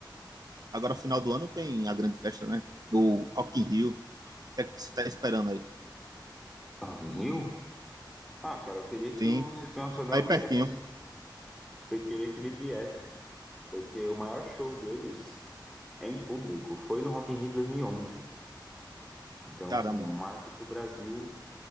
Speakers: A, on the right (about 55°); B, in the centre.
A: agora final do ano tem a grande festa, né? Do Rock in Rio. O que é que você tá esperando aí?
B: Alguém eu? Ah, cara, eu queria que
A: Sim,
B: o Sistema Federal
A: aí
B: viesse
A: pertinho.
B: mesmo. <laughs> Eu queria que ele viesse. Porque o maior show deles é em público foi no Rock in Rio de 2011. Então,
A: Caramba.
B: assim, é um marco que o Brasil